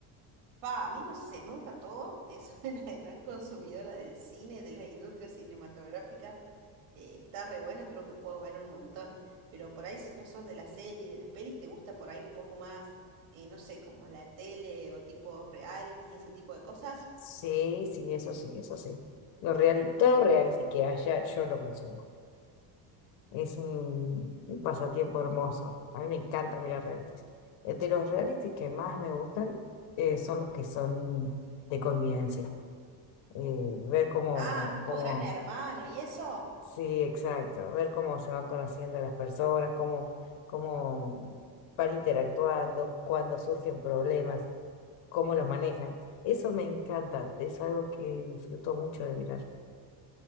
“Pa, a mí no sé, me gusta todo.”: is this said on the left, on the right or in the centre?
Right